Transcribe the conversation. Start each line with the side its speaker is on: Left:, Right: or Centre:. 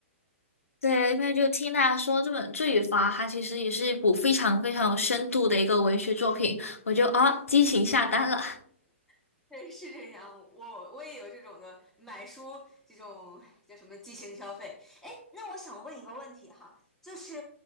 Left: 对，因为就听大家说这本《罪与罚》，它其实也是一部非常非常有深度的一个文学作品，我就啊激情下单了。
Centre: <laughs> 对，是这样，我我也有这种的买书这种叫什么激情消费。哎，那我想问一个问题哈，就是